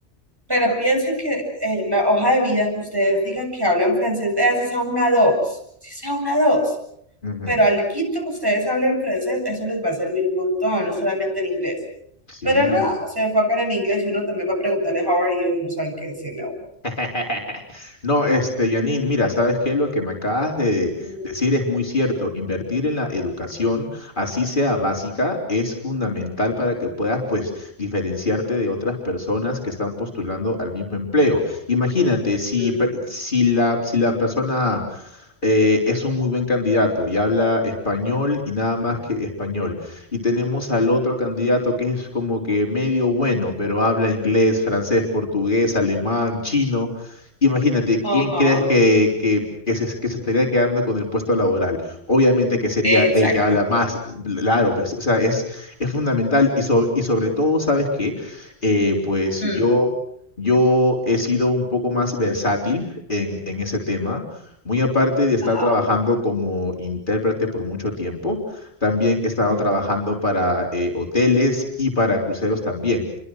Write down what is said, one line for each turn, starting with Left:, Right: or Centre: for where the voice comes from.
Right: pero piensen que eh, la hoja de vida que ustedes digan que hablan francés, vea si sea una dos, si sea una dos,
Left: Ujú.
Right: pero al quito que ustedes hablen francés, eso les va a servir un montón, no solamente el inglés.
Left: Sí.
Right: Pero no, se enfocan en inglés y uno también va a preguntarle how are you y no saben qué decirle a uno.
Left: <laughs> No, este, Janine, mira, ¿sabes qué? Lo que me acabas de
Right: Mm,
Left: decir es muy cierto. Invertir en la educación, así sea básica, es fundamental para que puedas, pues, diferenciarte de otras personas que están postulando al mismo empleo. Imagínate, si,
Right: ujú.
Left: per- si la, si la persona eh, es un muy buen candidato y habla español y nada más que español y tenemos al otro candidato que es como que medio bueno, pero habla inglés, francés, portugués, alemán, chino. Imagínate,
Right: Ajá,
Left: ¿quién crees que, que, que se, que se estaría quedando con el puesto laboral? Obviamente que sería
Right: exactamente.
Left: el que habla más, claro, pues, o sea, es, es fundamental y, so- y sobre todo, ¿sabes qué? Eh, pues
Right: Mm,
Left: yo, yo he sido un poco más versátil en, en ese tema, muy aparte de estar
Right: ajá.
Left: trabajando como intérprete por mucho tiempo. También he estado
Right: ujú.
Left: trabajando para eh, hoteles y para cruceros también.